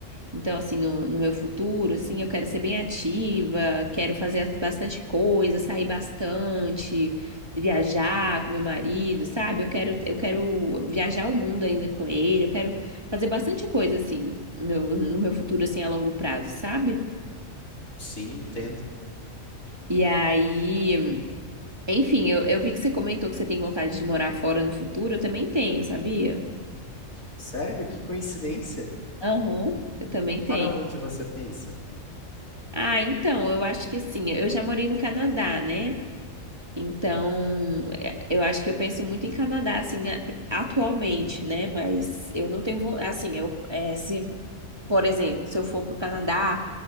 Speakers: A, on the right; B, on the left.
A: Então, assim, no, no meu futuro, assim, eu quero ser bem ativa, quero fazer bastante coisa, sair bastante, viajar com meu marido, sabe? Eu quero, eu quero viajar o mundo ainda com ele, eu quero fazer bastante coisa, assim, no, no meu futuro, assim, a longo prazo, sabe?
B: Sim, entendo.
A: E aí, enfim, eu, eu vi que você comentou que você tem vontade de morar fora no futuro, eu também tenho, sabia?
B: Sério, que coincidência.
A: Aham. Eu também tenho.
B: Para onde você pensa?
A: Ah, então, eu acho que assim, eu já morei no Canadá, né? Então, é, eu acho que eu penso muito em Canadá, assim, a- atualmente, né? Mas eu não tenho, vo- assim, eu, é, se, por exemplo, se eu for para o Canadá,